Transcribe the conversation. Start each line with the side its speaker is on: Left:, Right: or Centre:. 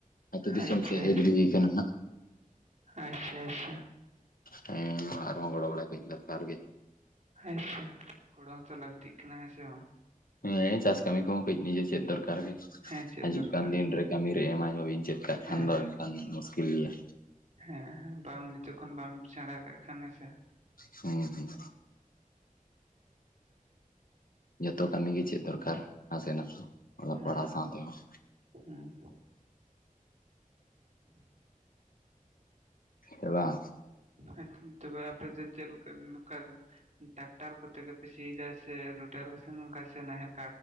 Left: ᱟᱛᱩ ᱫᱤᱥᱚᱢ
Right: ᱟᱪᱪᱷᱟ
Left: ᱥᱮᱫ ᱦᱮᱡ ᱦᱩᱭ ᱠᱟᱱᱟ ᱦᱟᱜ᱾
Right: ᱟᱪᱪᱷᱟ ᱟᱪᱪᱷᱟ᱾
Left: ᱦᱮᱸ ᱚᱲᱟᱜ ᱨᱮᱦᱚᱸ ᱜᱚᱲᱚ ᱵᱟᱲᱟ ᱠᱟᱹᱡ ᱫᱚᱨᱠᱟᱨ ᱜᱮ᱾
Right: ᱟᱪᱪᱷᱟ, ᱜᱚᱲᱚ ᱦᱚᱛᱚ ᱞᱟᱹᱠᱛᱤᱜ ᱠᱟᱱᱟ ᱦᱮᱸ ᱥᱮ ᱵᱟᱝ᱾
Left: ᱦᱮᱸ ᱪᱟᱥ ᱠᱟᱹᱢᱤ ᱠᱚᱦᱚᱸ ᱠᱟᱹᱡ ᱱᱤᱡᱮ ᱪᱮᱫ ᱫᱚᱨᱠᱟᱨ ᱜᱮ
Right: ᱦᱮᱸ ᱪᱮᱫ
Left: ᱦᱤᱡᱩᱜ
Right: ᱫᱚᱨᱠᱟᱨ
Left: ᱠᱟᱱ ᱫᱤᱱ ᱨᱮ ᱠᱟᱹᱢᱤᱨᱮ ᱮᱢᱟᱭ ᱪᱮᱫ ᱠᱟᱜ
Right: ᱦᱮᱸ
Left: ᱠᱷᱟᱱ ᱫᱚ ᱮᱱᱠᱷᱟᱱ ᱢᱩᱥᱠᱤᱞ ᱜᱮᱭᱟ᱾
Right: ᱦᱮᱸ ᱦᱮᱸ ᱵᱟᱢ ᱡᱚᱠᱷᱚᱱ ᱵᱟᱢ ᱥᱮᱬᱟ ᱠᱟᱜ ᱠᱷᱟᱱ ᱦᱮᱸᱥᱮ
Left: ᱦᱩᱸᱦᱩᱸ ᱡᱚᱛᱚ ᱠᱟᱹᱢᱤ ᱜᱮ ᱪᱮᱫ ᱫᱚᱨᱠᱟᱨ ᱱᱟᱥᱮ ᱱᱟᱥᱮ ᱚᱞᱚᱜ
Right: ᱦᱮᱸ
Left: ᱯᱟᱲᱦᱟᱜ ᱥᱟᱶ ᱛᱮᱦᱚᱸ
Right: ᱦᱮᱸ <inaudible>
Left: ᱥᱮ ᱵᱟᱝ,
Right: ᱟᱪᱪᱷᱟ ᱛᱚᱵᱮ ᱟᱯᱮ ᱫᱚ ᱪᱮᱫ ᱞᱮᱠᱟ ᱱᱚᱝᱠᱟ ᱴᱨᱟᱠᱴᱟᱨ ᱠᱚᱛᱮ ᱜᱮᱯᱮ ᱥᱤᱭ ᱫᱟ ᱥᱮ ᱨᱩᱴᱟᱨ ᱚᱱᱠᱟ ᱥᱮ ᱱᱟᱦᱮᱞ